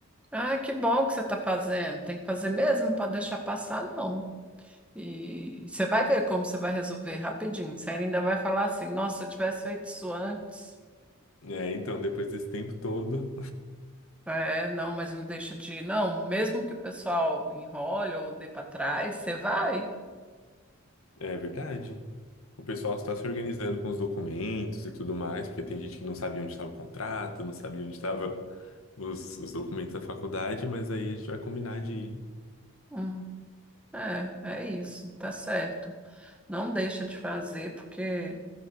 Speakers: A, in the centre; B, on the left (about 80°).
A: Ah, que bom que você está fazendo. Tem que fazer mesmo, não pode deixar passar, não. E você vai ver como você vai resolver rapidinho. Você ainda vai falar assim, nossa, se eu tivesse feito isso antes.
B: É, então, depois desse tempo todo,
A: É, não, mas não deixa de ir. Não, mesmo que o pessoal enrole ou dê para trás, você vai.
B: é verdade. O pessoal está se organizando com os documentos e tudo mais, porque tem gente que não sabia onde estava o contrato, não sabia onde estava os, os documentos da faculdade, mas aí a gente vai combinar de ir.
A: Hum, é, é isso, tá certo. Não deixa de fazer, porque